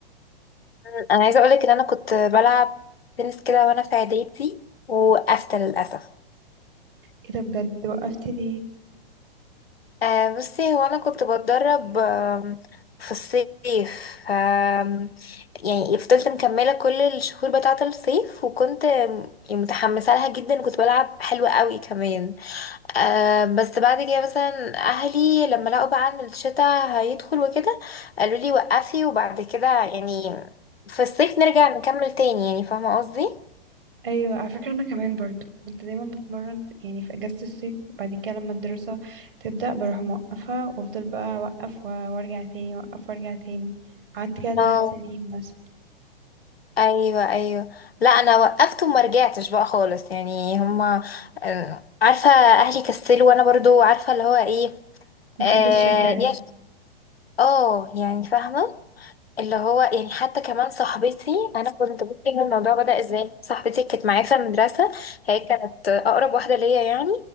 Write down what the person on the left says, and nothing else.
مم، انا عايزة اقولك ان انا كنت بلعب تنس كده وانا في اعدادي وقفت للأسف
آه بصي هو انا كنت بتدرب آم، في الصيف آم، يعني فضلت مكملة كل الشهور بتاعة الصيف وكنت آم، متحمسة لها جدا وكنت بلعب حلوة قوي كمان أه بس بعد كده مثلا اهلي لما لقوا بقى ان الشتاء هيدخل وكده قالوا لي وقفي وبعد كده يعني في الصيف نرجع نكمل تاني يعني فاهمه قصدي
اه
ايوه ايوه لا انا وقفت وما رجعتش بقى خالص يعني هما آه، عارفه اهلي كسلوا وانا برضو عارفه اللي هو ايه
اه
يا- آه، يعني فاهمه اللي هو يعني حتى كمان صاحبتي انا كنت بصي ان الموضوع بدأ ازاي صاحبتي كانت معايا في المدرسة هي كانت اقرب واحدة ليا يعني